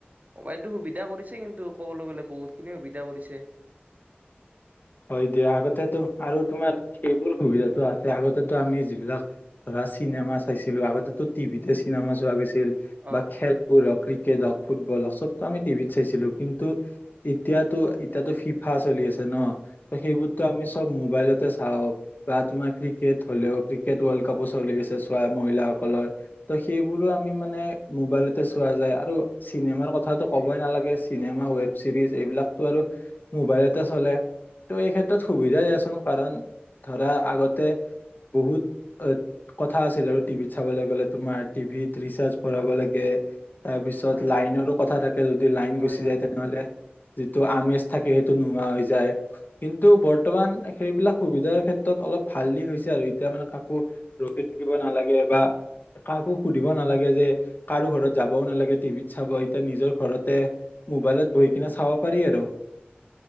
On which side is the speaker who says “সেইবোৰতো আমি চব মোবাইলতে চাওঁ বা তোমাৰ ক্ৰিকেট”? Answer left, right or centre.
Left